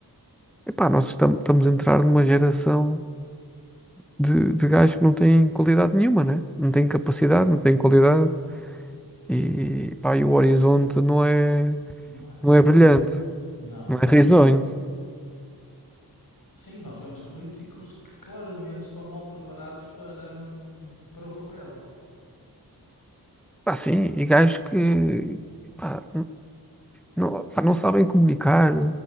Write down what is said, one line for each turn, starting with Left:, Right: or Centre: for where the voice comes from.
Centre: epá, nós estamos, estamos a entrar numa geração de, de gajos que não têm qualidade nenhuma, né? Não têm capacidade,
Left: Pois é.
Centre: não têm qualidade. E, pá, e o horizonte não é.
Left: Não é,
Centre: Não
Left: não
Centre: é
Left: é risonho,
Centre: brilhante,
Left: não? Não,
Centre: não
Left: não
Centre: é risonho.
Left: é? Sim, nós vemos políticos que claramente estão mal preparados para, hum, para o papel.
Centre: Pá, sim, e gajos que pá, não, pá, não sabem comunicar.